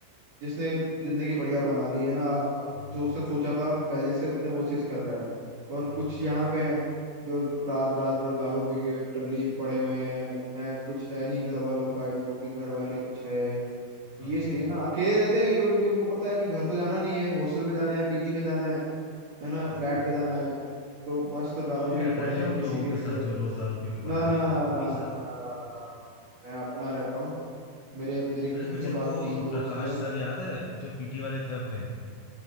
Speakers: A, on the right; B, on the left.
A: जिसने जिंदगी बढ़िया बना ली है ना अब
B: हाँ
A: जो उसने सोचा था पहले से उसने वो चीज कर रहा है और
B: हाँ
A: कुछ यहाँ पे हैं जो रात रात भर दारू पी के टल्ली पड़े हुए हैं हैं कुछ है नहीं घर वालों का इनको कि घर वाले कुछ है
B: हाँ
A: ये
B: हाँ
A: सही है ना अकेले रहते हैं ये लोग क्योंकि इनको पता है कि घर तो जाना नहीं है हॉस्टल में जाना है पीजी में जाना है है ना
B: वही
A: फ्लैट
B: तो
A: पे जाना है तो मस्त
B: तो
A: दारू
B: तू भी
A: पी
B: रहता
A: के पड़े
B: है क्या
A: हैं
B: उन
A: किसी
B: लोगों
A: के
B: के
A: भी
B: साथ
A: घर
B: जो
A: पे
B: रोज दारू पी के पड़े
A: ना
B: रहते
A: ना ना
B: हैं उन्हीं
A: ना
B: के साथ
A: ना ना ना
B: अच्छा
A: मैं अपना रहता हूँ मेरे मेरे
B: अरे
A: घर
B: तुझे
A: के पास
B: वो
A: तीन दोस्त
B: प्रकाश
A: है
B: सर याद है जो पीटी वाले थे अपने